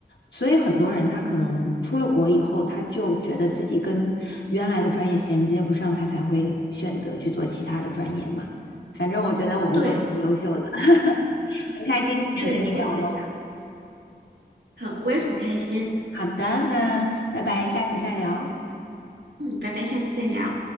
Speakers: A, on the left; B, on the right.
A: 所以很多人他可能出了国以后，他就觉得自己跟原来的专业衔接不上，他才会选择去做其他的专业嘛。反正我觉得我们都挺优秀的，
B: 对，
A: <laughs> 很开心今天跟你聊喽。
B: 对，我都在想，好，我也很开心。
A: 好的，那拜拜，下次再聊。
B: 嗯，拜拜，下次再聊。